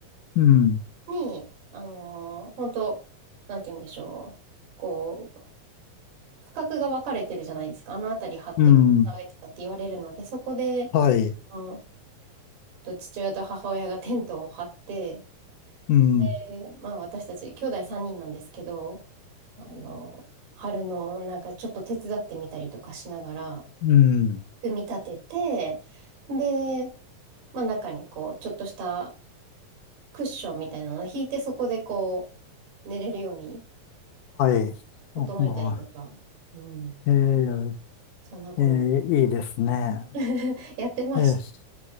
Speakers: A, on the left; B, on the right.
A: うん。
B: に、あの、本当なんて言うんでしょう。こう、価格が分かれてるじゃないですか。あの辺り張ってくださいとかって言われるので、
A: うん。
B: そこで、
A: はい。
B: あの、と父親と母親がテントを張って、
A: うん。
B: で、まあ私たち、兄弟3人なんですけど、あの、春のなんかちょっと手伝ってみたりとかしながら、
A: うん。
B: 組み立てて、で、まあ中にこう、ちょっとしたクッションみたいなのを引いて、そこでこう、寝れるように
A: はい。
B: 整えたりとか、
A: ああ
B: うん、
A: えー
B: そんなこんな
A: えーいいですね。
B: <laughs> やってました。
A: えー